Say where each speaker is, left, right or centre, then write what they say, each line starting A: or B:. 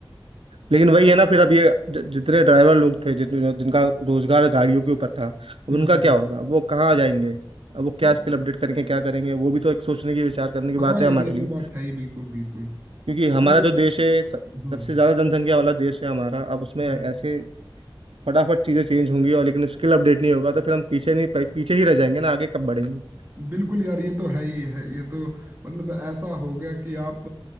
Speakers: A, on the right; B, on the right.
A: लेकिन वही है ना फिर अब ये ज- जितने ड्राइवर लोग थे जितने जिनका रोजगार गाड़ियों के ऊपर था अब
B: हम्म
A: उनका
B: हम्म
A: क्या होगा वो कहाँ जाएंगे अब वो क्या
B: हम्म।
A: स्किल अपडेट करके क्या करेंगे वो भी तो एक सोचने की विचार करने की
B: हाँ
A: बात
B: यार
A: है हमारे
B: ये
A: लिए
B: तो बात है ही बिल्कुल बिल्कुल
A: क्योंकि हमारा
B: ओ
A: जो देश है स-
B: हम्म
A: सबसे ज्यादा जनसंख्या वाला देश है हमारा अब उसमें
B: हम्म
A: ऐसे फटाफट चीजें चेंज होंगी और लेकिन स्किल अपडेट नहीं होगा तो फिर हम पीछे नहीं पीछे ही रह जाएंगे ना आगे कब बढ़ेंगे
B: बिल्कुल यार ये तो है ही है ये तो मतलब ऐसा हो गया कि आप